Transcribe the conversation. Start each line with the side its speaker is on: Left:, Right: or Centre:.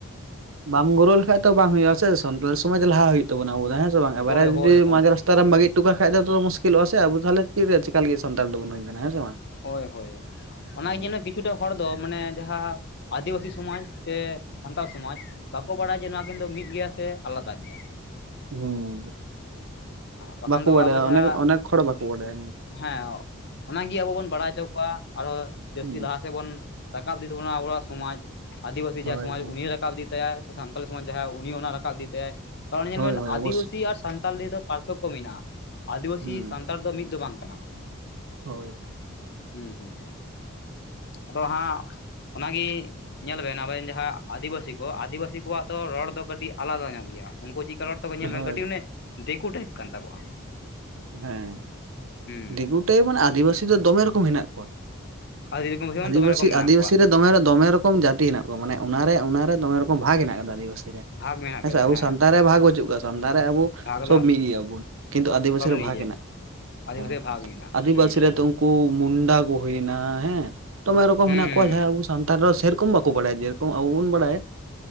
Right: ᱵᱟᱢ ᱜᱨᱳ ᱞᱮᱠᱷᱟᱡ ᱫᱚ ᱵᱟᱝ ᱦᱩᱭᱩᱜᱼᱟ ᱥᱮ ᱥᱟᱱᱛᱟᱞ ᱥᱚᱢᱟᱡᱽ ᱞᱟᱦᱟ ᱦᱩᱭᱩᱜ ᱛᱟᱵᱚᱱᱟ ᱟᱵᱚ ᱫᱚ ᱦᱮᱸᱼᱼ ᱵᱟᱝ ᱮᱵᱟᱨᱮ
Left: ᱦᱳᱭ
Right: ᱡᱩᱫᱤ
Left: ᱦᱳᱭ ᱦᱳᱭ
Right: ᱢᱟᱡᱽ ᱨᱟᱥᱛᱟᱨᱮᱢ ᱵᱟᱹᱜᱤᱼᱼ ᱦᱚᱴᱚᱠᱟᱜ ᱠᱷᱟᱱ ᱫᱚᱛᱚ ᱢᱩᱥᱠᱤᱞᱚᱜᱼᱟ ᱥᱮ ᱟᱵᱳ ᱛᱟᱦᱚᱞᱮ ᱪᱮᱫ ᱨᱮ ᱪᱮᱠᱟ ᱞᱟᱜᱤ ᱥᱟᱱᱛᱟᱲ ᱫᱚ ᱵᱚᱱ ᱦᱩᱭ ᱠᱟᱱᱟ ᱦᱮᱸ ᱥᱮ ᱵᱟᱝ?
Left: ᱦᱳᱭ ᱦᱳᱭ ᱚᱱᱟᱜᱮ
Right: ᱦᱩᱸ
Left: ᱡᱮᱱᱚ ᱠᱤᱪᱷᱩᱼᱼ ᱠᱤᱪᱷᱩᱴᱟ ᱦᱚᱲ ᱫᱚ ᱢᱟᱱᱮ ᱡᱟᱦᱟᱸ ᱟᱹᱫᱤᱵᱟᱹᱥᱤ ᱥᱚᱢᱟᱡᱽ ᱥᱮ ᱥᱟᱱᱛᱟᱲ ᱥᱚᱢᱟᱡᱽ, ᱵᱟᱠᱚ ᱵᱟᱲᱟᱭᱟ ᱡᱮ ᱱᱚᱣᱟ ᱠᱤᱱ ᱫᱚ ᱢᱤᱫ ᱜᱮᱭᱟ ᱥᱮ ᱟᱞᱟᱫᱟ ᱜᱮᱭᱟ?
Right: ᱦᱩᱸ
Left: ᱵᱟᱠᱷᱟᱱ
Right: ᱵᱟᱠᱚ
Left: ᱫᱚ
Right: ᱵᱟᱰᱟᱭᱟ
Left: ᱟᱵᱚ ᱡᱟᱦᱟᱸ
Right: ᱚᱱᱮᱠ ᱚᱱᱮᱠ ᱦᱚᱲ ᱵᱟᱠᱚ ᱵᱟᱰᱟᱭᱟ᱾
Left: ᱦᱮᱸ ᱚᱜ ᱚᱱᱟᱜᱮ ᱟᱵᱚ ᱵᱚᱱ ᱵᱟᱲᱟᱭ ᱦᱚᱪᱚ ᱠᱚᱣᱟ ᱟᱨᱦᱚᱸ ᱡᱟᱹᱥᱛᱤ
Right: ᱦᱩᱸ
Left: ᱞᱟᱦᱟ ᱥᱮᱫ ᱵᱚᱱ ᱨᱟᱠᱟᱵ ᱤᱫᱤ ᱛᱟᱵᱚᱱᱟ ᱟᱵᱚᱣᱟᱜ ᱥᱚᱢᱟᱡᱽ᱾ ᱟᱹᱫᱤᱵᱟᱹᱥᱤ
Right: ᱦᱳᱭ
Left: ᱡᱟᱦᱟᱸᱭ ᱥᱚᱢᱟᱡᱽ
Right: ᱦᱳᱭ
Left: ᱩᱱᱤᱭ ᱨᱟᱠᱟᱵ ᱤᱫᱤ ᱛᱟᱭᱟᱭ ᱥᱮ ᱥᱟᱱᱛᱟᱲ ᱥᱚᱢᱟᱡᱽ ᱡᱟᱦᱟᱸᱭ ᱩᱱᱤ ᱚᱱᱟ ᱨᱟᱠᱟᱵ ᱤᱫᱤ ᱛᱟᱭᱟᱭ, ᱚᱱᱮ ᱧᱮᱞ
Right: ᱦᱳᱭ
Left: ᱵᱤᱱ
Right: ᱦᱳᱭ
Left: ᱟᱹᱫᱤᱵᱟᱹᱥᱤ
Right: ᱚᱵᱚᱥ
Left: ᱟᱨ ᱥᱟᱱᱛᱟᱲ ᱨᱮᱫᱚ ᱯᱟᱨᱛᱷᱚᱠᱠᱚ ᱢᱮᱱᱟᱜᱼᱟ ᱟᱹᱫᱤᱵᱟᱹᱥᱤ
Right: ᱦᱩᱸ
Left: ᱥᱟᱱᱛᱟᱲᱼᱼ ᱫᱚ ᱢᱤᱫ ᱫᱚ ᱵᱟᱝ ᱠᱟᱱᱟ᱾
Right: ᱦᱳᱭ
Left: ᱦᱩᱸ ᱦᱩᱸ ᱟᱫᱚ ᱦᱟᱸᱜ ᱚᱱᱟᱜᱮ ᱧᱮᱞ ᱵᱮᱱ ᱟᱵᱮᱱ ᱡᱟᱦᱟᱸ ᱟᱹᱫᱤᱵᱟᱹᱥᱤ ᱠᱚ, ᱟᱹᱫᱤᱵᱟᱹᱥᱤ ᱠᱚᱣᱟᱜ ᱫᱚ ᱨᱚᱲ ᱫᱚ ᱠᱟᱹᱴᱤᱡ ᱟᱞᱟᱫᱟ ᱧᱚᱜ ᱜᱮᱭᱟ ᱾ ᱩᱱᱠᱩ ᱪᱮᱫ ᱠᱟ ᱨᱚᱲ ᱛᱟᱠᱚ ᱧᱮᱞ
Right: ᱦᱳᱭ
Left: ᱵᱮᱱ ᱠᱟᱹᱴᱤᱡ ᱚᱱᱮ ᱫᱤᱠᱩ ᱴᱟᱭᱤᱯ ᱠᱟᱱ ᱛᱟᱠᱚᱣᱟ ᱾
Right: ᱦᱮᱸ
Left: ᱦᱩᱸ
Right: ᱫᱤᱠᱩ ᱴᱟᱭᱤᱯ ᱢᱟᱱᱮ ᱟᱹᱫᱤᱵᱟᱹᱥᱤ ᱫᱚ ᱫᱚᱢᱮ ᱨᱚᱠᱚᱢ ᱦᱮᱱᱟᱜ ᱠᱚᱣᱟ ᱾
Left: ᱟᱹᱫᱤᱵᱟᱹᱥᱤ ᱢᱟ
Right: ᱟ. ᱫᱤᱵᱟ.
Left: ᱫᱚᱢᱮ ᱨᱚᱠᱚᱢ
Right: ᱥᱤ ᱟ.
Left: ᱢᱮᱱᱟᱜ
Right: ᱫᱤᱵᱟ.
Left: ᱠᱚᱣᱟ
Right: ᱥᱤ ᱨᱮ ᱫᱚᱢᱮ ᱫᱚᱢᱮ ᱨᱚᱠᱚᱢ ᱡᱟᱹᱛᱤ ᱦᱮᱱᱟᱜ ᱠᱚᱣᱟ ᱾ ᱢᱟᱱᱮ ᱚᱱᱟᱨᱮ ᱚᱱᱟᱨᱮ ᱫᱚᱢᱮ ᱨᱚᱠᱚᱢ ᱵᱷᱟᱜᱽ ᱦᱮᱱᱟᱜ ᱟᱠᱟᱫᱟ ᱟᱹᱫᱤᱵᱟᱹᱥᱤ ᱨᱮ᱾
Left: ᱵᱷᱟᱜᱽ ᱢᱮᱱᱟᱜ
Right: ᱦᱮᱸᱥᱮ
Left: ᱠᱮᱫᱟ
Right: ᱟᱵᱚ
Left: ᱦᱮᱸ
Right: ᱥᱟᱱᱛᱟᱲ ᱨᱮ ᱵᱷᱟᱜᱽ ᱵᱟᱪᱩᱜ ᱠᱚᱣᱟ ᱾ ᱥᱟᱱᱛᱟᱲ ᱨᱮ ᱟᱵᱚ
Left: ᱵᱷᱟᱜᱽ
Right: ᱥᱚᱵ
Left: ᱫᱚ
Right: ᱢᱤᱫ ᱜᱮᱭᱟᱵᱚᱱ ᱠᱤᱱᱛᱩ ᱟᱹᱫᱤᱵᱟᱹᱥᱤ
Left: ᱥᱚᱵ
Right: ᱵᱷᱟᱜᱽ
Left: ᱱᱤᱡᱮ
Right: ᱢᱮᱱᱟᱜ
Left: ᱟᱹᱫᱤᱵᱟᱹᱥᱤ ᱵᱷᱟᱜᱽ ᱢᱮᱱᱟᱜᱼᱟ
Right: ᱟᱹᱫᱤᱵᱟᱹᱥᱤ
Left: ᱦᱩᱸ
Right: ᱨᱮᱫᱚ
Left: ᱦᱩᱸ
Right: ᱩᱱᱠᱩ ᱠᱩ ᱢᱩᱱᱰᱟ ᱠᱚ ᱦᱩᱭᱱᱟ᱾ ᱦᱮᱸ ᱫᱚᱢᱮ ᱨᱚᱠᱚᱢ
Left: ᱦᱩᱸ
Right: ᱦᱮᱱᱟᱜ
Left: ᱦᱩᱸ
Right: ᱠᱚᱣᱟ ᱡᱟᱦᱟᱸᱭ ᱟᱵᱚ ᱥᱟᱱᱛᱟᱲ ᱨᱮ ᱥᱮ ᱨᱚᱠᱩ ᱠᱚᱢ ᱵᱟᱠᱚ ᱵᱟᱲᱟᱭᱟ ᱡᱮᱨᱚᱠᱚᱢ ᱟᱵᱚ ᱵᱚᱱ ᱵᱟᱲᱟᱭᱟ ᱾